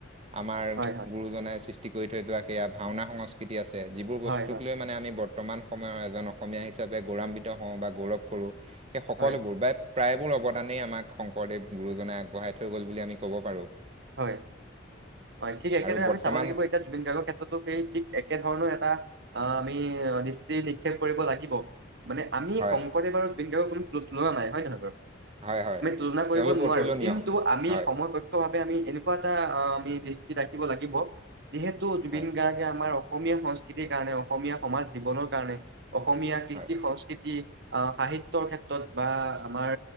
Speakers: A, on the right (about 35°); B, on the right (about 60°).
A: আমাৰ
B: হয় হয়
A: গুৰুজনাই সৃষ্টি কৰি থৈ যোৱা সেয়া ভাওনা সংস্কৃতি আছে। যিবোৰ বস্তু
B: হয় হয়
A: লৈ মানে আমি বৰ, বৰ্তমান সময়ৰ এজন অসমীয়া হিচাপে গৌৰৱান্বিত হওঁ বা গৌৰৱ কৰো সেই সকলোবোৰ
B: হয়
A: ব প্ৰায়বোৰ অৱদানেই আমাক শংকৰদেৱ গুৰুজনাই আগবঢ়াই থৈ গ'ল বুলি আমি ক'ব পাৰোঁ।
B: হয় হয় ঠিক একেদৰে
A: আৰু বৰ্তমান
B: আমি চাব লাগিব এতিয়া জুবিন গাৰ্গৰ ক্ষেত্ৰতো সেই ঠিক একে ধৰণৰ এটা আহ আমি দৃষ্টি নিক্ষেপ কৰিব লাগিব। মানে আমি
A: হয়
B: শংকৰদেৱ আৰু বেংগেৱৰ কোনো তুলনা নাই হয় নহয় বাৰু
A: হয় হয়
B: আমি তুলনা কৰিব
A: তেওঁলোক
B: নোৱাৰো
A: অতুলনীয়
B: কিন্তু আমি
A: হয়
B: সম কক্ষ ভাৱ আমি এনেকুৱা এটা আমি দৃষ্টি ৰাখিব লাগিব যিহেতু জুবিন
A: হয়
B: গাৰ্গে আমাৰ অসমীয়া সংস্কৃতিৰ কাৰণে অসমীয়া সমাজ জীৱনৰ কাৰণে অসমীয়া কৃষ্টি
A: হয়
B: সংস্কৃতি অ সাহিত্যৰ ক্ষেত্ৰত বা আমাৰ